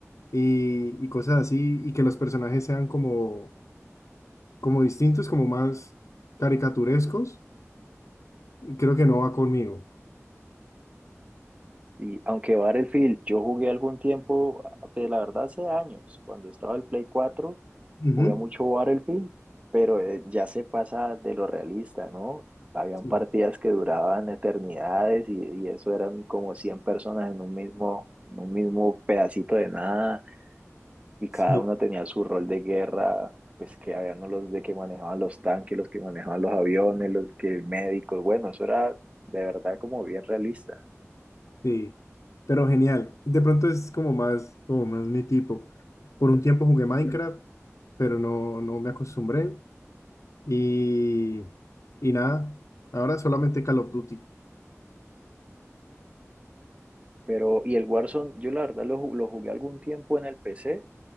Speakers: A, on the left (about 75°); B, on the right (about 25°).
A: y, y cosas así. Y que los personajes sean como, como distintos, como más caricaturescos. y Creo que no va conmigo.
B: Y aunque Battlefield, yo jugué algún tiempo, pues, la verdad hace años, cuando estaba el Play 4
A: Ujú.
B: jugué mucho Battlefield, pero eh, ya se pasa de lo realista, ¿no? Habían
A: Sí.
B: partidas que duraban eternidades y, y eso eran como 100 personas en un mismo, en un mismo pedacito de nada. y
A: Sí.
B: cada uno tenía su rol de guerra, pues que habían los de que manejaban los tanques, los que manejaban los aviones, los que médicos, bueno, eso era de verdad como bien realista.
A: Sí, pero genial. De pronto es como más, como más mi tipo. Por un tiempo jugué Minecraft, pero no, no me acostumbré. Y, y nada, ahora solamente Call of Duty.
B: Pero, y el Warzone, yo la verdad lo, ju- lo jugué algún tiempo en el PC,